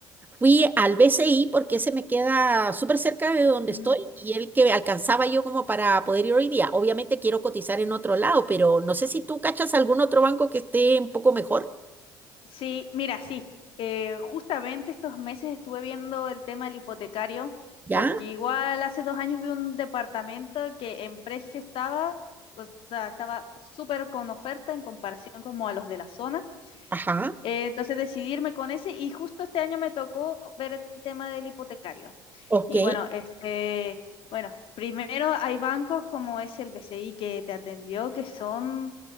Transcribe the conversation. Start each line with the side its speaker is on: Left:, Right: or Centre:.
Right: Fui al BCI porque ese me queda súper cerca de donde
Left: Mm,
Right: estoy y el que alcanzaba yo como para poder ir hoy día. Obviamente quiero cotizar en otro lado, pero no sé si tú cachas algún otro banco que esté un poco mejor.
Left: sí, mira, sí. eh, justamente estos meses estuve viendo el tema del hipotecario,
Right: ¿Ya?
Left: porque igual hace dos años vi un departamento que en precio estaba, o sea, estaba súper con oferta en comparación como a los de la zona.
Right: Ajá.
Left: Eh, entonces decidirme con ese y justo este año me tocó ver el tema del hipotecario.
Right: Ok.
Left: Y bueno, este, bueno, primero hay bancos como es el BCI que te atendió que son